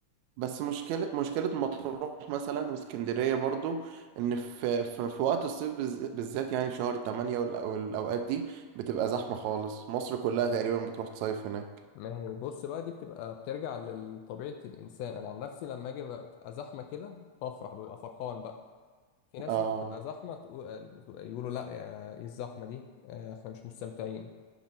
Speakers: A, on the right; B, on the left.
A: بس مشكلة مشكلة مطروح مثلا واسكندرية برضو ان في في, في وقت الصيف بالز- بالذات يعني في شهر 8 والأوقات دي بتبقى زحمة خالص مصر كلها تقريبا بتروح تصيف هناك
B: ما هي بص بقى دي بتبقى بترجع لطبيعة الإنسان أنا عن نفسي لما أجي بقى تبقى زحمة كده بفرح ببقى فرحان بقى في ناس
A: اه
B: لما تبقى زحمة تقول يقولوا لا يا إيه الزحمة دي آه، إحنا مش مستمتعين